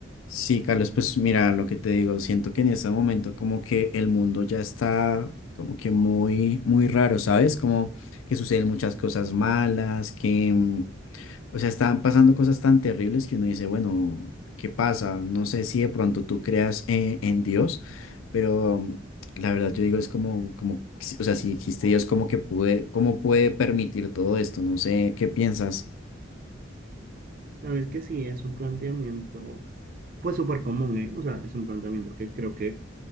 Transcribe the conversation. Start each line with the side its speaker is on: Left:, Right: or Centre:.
Left: Sí, Carlos, pues mira, lo que te digo, siento que en este momento como que el mundo ya está como que muy, muy raro, ¿sabes? Como que suceden muchas cosas malas, que, mm, o sea, están pasando cosas tan terribles que uno dice, bueno, ¿qué pasa? No sé si de pronto tú creas en, en Dios, pero mm, la verdad yo digo es como, como, si- o sea, si existe Dios, como que pude, cómo puede permitir todo esto? No sé, ¿qué piensas?
Right: La verdad es que sí, es un planteamiento, pues súper común, ¿eh? O sea, es un planteamiento que creo que,